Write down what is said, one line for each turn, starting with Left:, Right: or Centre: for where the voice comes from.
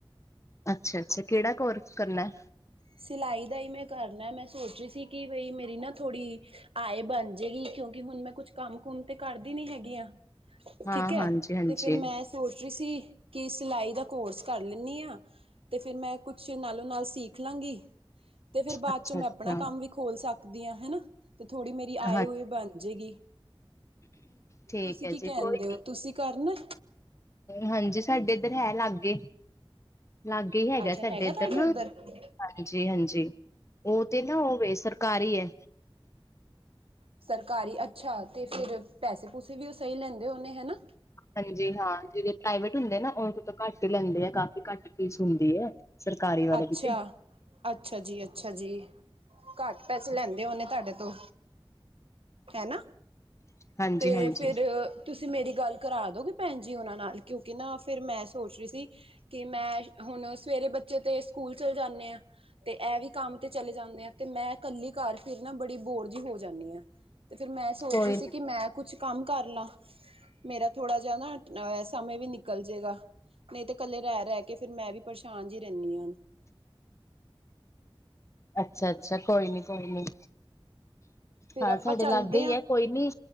Left: ਅੱਛਾ- ਅੱਛਾ ਕਿਹੜਾ ਕੋਰਸ ਕਰਨਾ ਏ?
Right: ਸਿਲਾਈ ਦਾ ਹੀ ਮੈਂ ਕਰਨਾ, ਮੈਂ ਸੋਚ ਰਹੀ ਸੀ ਕਿ ਬਈ ਮੇਰੀ ਨਾ ਥੋੜੀ- ਆਏ ਬਣ ਜਾਏਗੀ, ਕਿਉਂਕਿ ਹੁਣ ਮੈਂ ਕੁਛ ਕੰਮ ਕੁਮ ਤੇ ਕਰਦੀ ਨੀ ਹੈਗੀਆਂ।
Left: ਹਾਂ
Right: ਠੀਕ ਹੈ,
Left: ਹਾਂਜੀ ਹਾਂਜੀ
Right: ਤੇ ਫੇਰ ਮੈਂ- ਸੋਚ ਰੀ ਸੀ, ਕਿ ਸਿਲਾਈ ਦਾ ਕੋਰਸ ਕਰ ਲੈਂਨੀ ਆਂ। ਤੇ ਫਿਰ ਮੈਂ ਕੁਛ ਨਾਲੋਂ ਨਾਲ ਸੀਖ ਲਾਂਗੀ, ਤੇ ਫਿਰ ਬਾਅਦ
Left: ਅੱਛਾ
Right: ਚੋਂ ਮੈਂ
Left: ਅੱਛਾ
Right: ਅਪਣਾ ਕੰਮ ਵੀ ਖੋਲ ਸਕਦੀ ਆਂ ਹਨਾ, ਤੇ ਥੋੜ੍ਹੀ ਮੇਰੀ ਆਏ
Left: ਹਾਂਜੀ
Right: ਹੋਏ ਬਣ ਜਾਏਗੀ।
Left: ਠੀਕ
Right: ਤੁਸੀਂ
Left: ਹੈ
Right: ਕੀ ਕੈਂਦੇ,
Left: ਜੀ ਕੋਈ
Right: ਹੋ
Left: ਨੀ
Right: ਤੁਸੀਂ ਕਰਨਾ।
Left: ਹਾਂਜੀ ਸਾਡੇ ਏਧਰ ਹੈ ਲਾਗੇ, ਲਾਗੇ ਹੀ ਹੈਗਾ
Right: ਅੱਛਾ
Left: ਸਾਡੇ ਏਦਰ
Right: ਤੁਹਾਡੇ
Left: ਨਾ।
Right: ਉੱਧਰ
Left: ਹਾਂਜੀ-ਹਾਂਜੀ, ਓਤੇ ਨਾ ਓਵੇ ਸਰਕਾਰੀਐ।
Right: ਸਰਕਾਰੀ ਅੱਛਾ, ਤੇ ਫੇਰ ਪੈਸੇ-ਪੂਸੇ ਵੀ ਉਹ ਸਹੀ ਲੈਂਦੇ ਹੋਨੇ ਹਨਾਂ।
Left: ਹਾਂਜੀ ਹਾਂ, ਜੇੜੇ ਪ੍ਰਾਈਵੇਟ ਹੁੰਦੇ ਨਾ ਓਦੇ ਤੋਂ ਘੱਟ ਹੀ ਲੈਂਦੇ ਆ ਕਾਫੀ ਘੱਟ ਫੀਸ ਹੁੰਦੀ ਐ। ਸਰਕਾਰੀ ਵਾਲੇ
Right: ਅੱਛਾ।
Left: ਦੀ ਤੇ
Right: ਅੱਛਾ ਜੀ-ਅੱਛਾ ਜੀ, ਘੱਟ ਪੈਸੇ ਲੈਂਦੇ ਹੋਣੇ ਤੁਆਡੇ ਤੋਂ। ਹੈਨਾ,
Left: ਹਾਂਜੀ-ਹਾਂਜੀ-ਹਾਂਜੀ
Right: ਤੇ ਫੇਰ ਤੁਸੀਂ ਮੇਰੀ ਗੱਲ ਕਰਾ ਦੋਗੇ, ਭੈਣ ਜੀ ਓਨਾਂ ਨਾਲ ਕਿਉਂਕਿ ਨਾ ਫਿਰ ਮੈਂ ਸੋਚ ਰਹੀ ਸੀ ਕਿ ਮੈਂ ਹੁਨ ਸਵੇਰੇ ਬੱਚੇ ਤੇ ਸਕੂਲ ਚਲੇ ਜਾਂਨੇ ਆਂ, ਤੇ ਐ ਵੀ ਕੰਮ ਤੇ ਚਲੇ ਜਾਂਨੇ ਆ। ਤੇ ਮੈਂ ਕੱਲੀ ਘਰ ਫਿਰ ਨਾ ਬੜੀ ਬੋਰ ਜੀ ਹੋ ਜਾਂਨੀ ਹਾਂ, ਤੇ ਫਿਰ ਮੈਂ ਸੋਚ
Left: ਕੋਈ
Right: ਰਹੀ ਸੀ
Left: ਨੀ
Right: ਕਿ ਮੈਂ ਕੁਛ ਕੰਮ ਕਰਲਾਂ, ਮੇਰਾ ਥੋੜਾ ਜੇਆ ਨਾ ਸਮੇਂ ਵੀ ਨਿਕਲ ਜੇਗਾ, ਨਈਂ ਤੇ ਕੱਲੇ ਰੈ-ਰੈ ਕੇ ਫੇਰ ਮੈਂ ਵੀ ਪਰੇਸ਼ਾਨ ਜੀ। ਜਾਨੀਆਂ।
Left: ਅੱਛਾ-ਅੱਛਾ, ਕੋਈ ਨੀ ਕੋਈ ਨੀ।
Right: ਫਿਰ
Left: ਹਾਂ
Right: ਆਪਾਂ
Left: ਸਾਡੇ
Right: ਚੱਲਦੇ
Left: ਲਾਗੇ
Right: ਹਾਂ
Left: ਈਐ, ਕੋਈ ਨੀ।